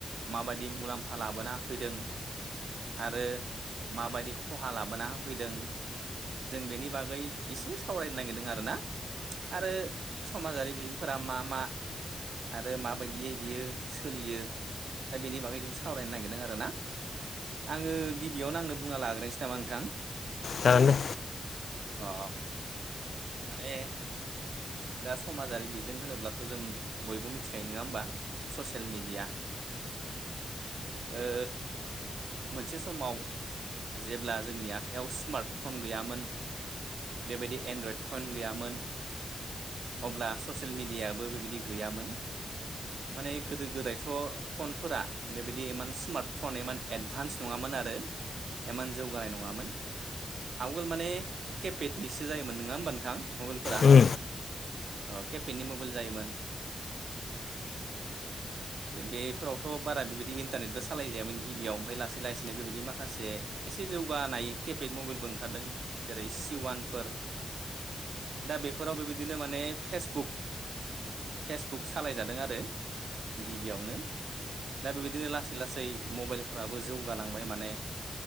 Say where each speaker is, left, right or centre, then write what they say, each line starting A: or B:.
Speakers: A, on the right; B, on the left.
A: माबायदि मुलाम्फा लाबोना होफैदों। आरो माबायदि खहा लाबोना होफैदों जों बेनि बागै एसे सावरायनो नागिरदों आरो ना आरो समाजारि बिजोंफोरा मा मा आरो माबायदियै बियो सोलियो दा बेनि बागै जों सावरायनो नागिरदों आरो ना। आङो गिबियावनो आंनो बुंना लाग्रोनोसै नामा नोंथां
B: जागोन दे।
A: अ माने दा समाजारि बिजों होनोब्लाथ' जों बयबो मिथिखायो नङा होमबा। ससियेल मिडिया ओ मोनसे समाव जेब्ला जोंनि आखाइयाव स्मार्ट फन गैयामोन बेबायदि एनड्रइड फन गैयामोन। अब्ला ससियेल मिडियाबो बेबायदि गैयामोन। माने गोदो गोदायथ' फनफोरा बेबायदि इमान स्मार्ट फन एमान एडभान्स नङामोन आरो इमान जौगानाय नङामोन। आवगोल माने केपेडनिसो जायोमोन नङा होमबा नोंथां मबाइलफोरा।
B: उम
A: अ केपेनि मबाइल जायोमोन। बेफोरावथ' बारा बेबायदि इन्टारनेटबो सालायजायामोन। गिबियाव ओमफ्राय लासै लासैनो बेबायदि माखासे एसे जौगानाय केपेड मबाइलबो ओंखारदों। जेरै सि वानफोर दा बेफोराव बेबायदिनो माने फेसबुक फेसबुक सालायजादों आरो गिबियावनो दा बेबायदिनो लासै लासै मबाइलफोराबो जौगालांबाय माने।